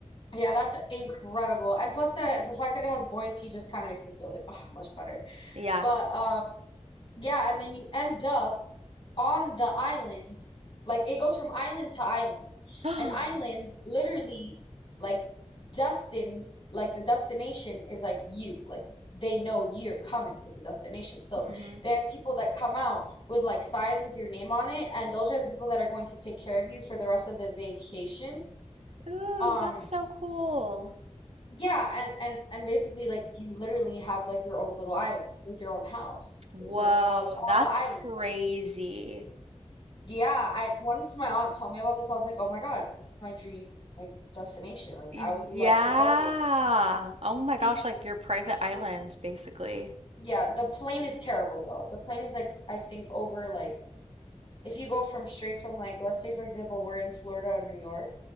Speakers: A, on the left; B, on the right.
A: Yeah, that's incredible. And plus that the fact that it has buoyancy just kind of makes me feel like ugh, much better.
B: Yeah.
A: But um yeah, and then you end up on the island. Like it goes from island to island.
B: <gasps>
A: An island literally like destined like the destination is like you. Like they know you're coming to the destination. So
B: Mm-hmm.
A: they have people that come out with like signs with your name on it, and those are the people that are going to take care of you for the rest of the vacation.
B: Ooh,
A: Um
B: that's so cool.
A: yeah, and and and basically like you literally have like your own little island with your own house,
B: Whoa,
A: like little house on
B: that's
A: the island.
B: crazy.
A: Like yeah, I once my aunt told me about this, I was like, "Oh my God, this is my dream like destination. Like
B: Yeah.
A: I would love to go here."
B: Oh my
A: The
B: gosh, like your private
A: the
B: island, basically.
A: yeah, the plane is terrible though. The plane is like I think over like if you go from straight from like let's say for example we're in Florida or New York,